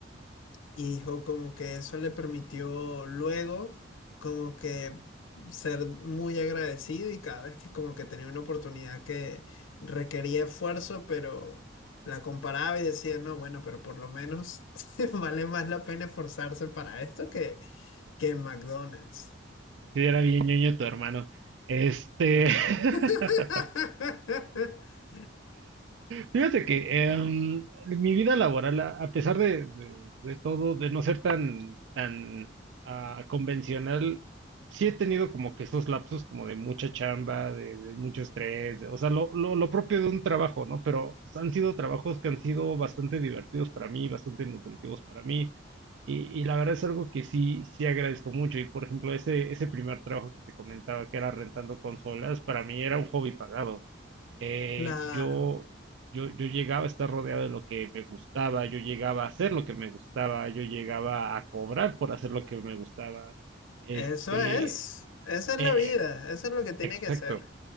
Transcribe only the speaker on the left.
Y dijo como que eso le permitió luego como que ser muy agradecido y cada vez que como que tenía una oportunidad que requería esfuerzo, pero la comparaba y decía, no, bueno, pero por lo menos <laughs> vale más la pena esforzarse para esto que, que en McDonald's.
<laughs>
Claro,
eso es, esa es
la vida, eso es lo que tiene
que ser.